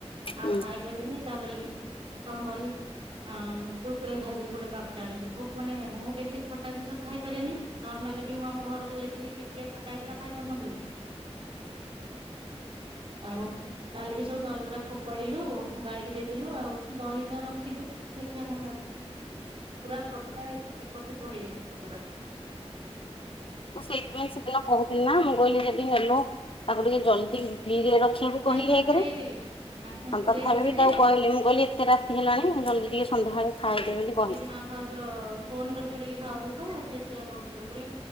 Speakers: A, on the left (about 55°); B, on the right (about 55°).
A: କି?
B: ଆଉ ଖାଇ ପାରିଲିନି ତାପରେ କଣ କହିଲୁ? ଅଁ କୁକୁରି ଖାଇଥିଲି ଗୋଟେ ପ୍ୟାକେଟ ଆଣିକି ମାନେ ମୁଁ ବେଶୀ ଖଟା ଜିନିଷ ଖାଇପାରେନି ମୁଁ ଆମ ଘରକୁ ଯାଇଥିଲି ଟିକେ ଖଟା ହେଇଥିଲା ଖାଇପାରୁନଥିଲି। ଆଉ କାଲିିକି ସବୁ ଦହିବରା ଫୋପାଡିଲୁ ଗାଈକି ଦେଇଦଲୁ ଆଉ ଦହିଟା ରଖିଛୁ ଦେଖିବା କଣ ଲାଗୁଛି? ପୁରା ଖଟା ହେଇକି ଛେପ ଛେପ ହେଇଯାଇଥିଲା ପୁରା।
A: ମୁଁ ସେଇଥିପାଇଁ ସେଦିନ କହୁଥିଲି ନା ମୁଁ କହିଲି ଯଦି ନେଲ ତାକୁ ଟିକେ ଜଲ୍ଦି ଫ୍ରିଜରେ ରଖିବୁ
B: ସାଙ୍ଗେ
A: କହିଲି
B: ସାଙ୍ଗେ
A: ଏକରେ
B: ପୁରେଇ ଦେଲି ସାଙ୍ଗେ ସାଙ୍ଗେ
A: ହଁ
B: ପୁରେଇ
A: ତଥାପି
B: ଦେଲି
A: ବି
B: ଯେ
A: ତାକୁ କହିଲେ ମୁଁ କହିଲି ଏତେ ରାତି ହେଲାଣି ଜଲ୍ଦି ଟିକେ ସନ୍ଧ୍ୟାବେଳେ ଖାଇଦେ ବୋଲି କହିଲି।
B: କାଲି ମା ଭାଉଜ ଫୋନ କରିଥିଲେ କାଲି ଭାଉଜ ତ ସେ ସେଆ କହୁଥିଲେ ବୋଲେ